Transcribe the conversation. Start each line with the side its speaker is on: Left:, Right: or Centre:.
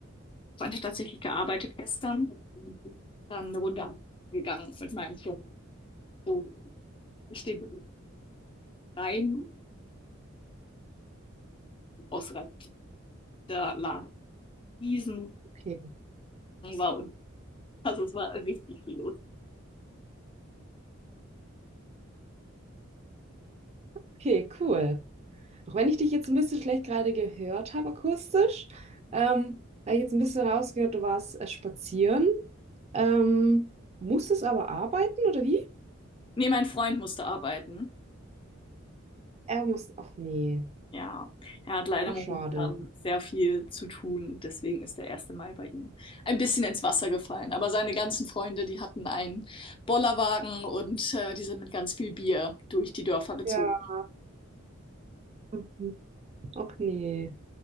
Left: habe tatsächlich gearbeitet gestern und ich bin dann eine Runde gegangen mit meinem Chef. So steht rein, ausreichend der Laden diesen
Right: Okay,
Left: war und also es war richtig viel los.
Right: okay, cool. Auch wenn ich dich jetzt ein bisschen schlecht gerade gehört habe, akustisch, ähm, habe ich jetzt ein bisschen rausgehört, du warst äh, spazieren. Ähm, muss es aber arbeiten oder wie?
Left: Nee, mein Freund musste arbeiten.
Right: Er muss. Ach nee.
Left: Ja, er hat leider
Right: Ach
Left: momentan
Right: schade.
Left: sehr viel zu tun, deswegen ist der erste Mai bei ihm ein bisschen ins Wasser gefallen. Aber seine ganzen Freunde, die hatten einen Bollerwagen und äh, die sind mit ganz viel Bier durch die Dörfer gezogen.
Right: Ja. Mhm. Ach nee.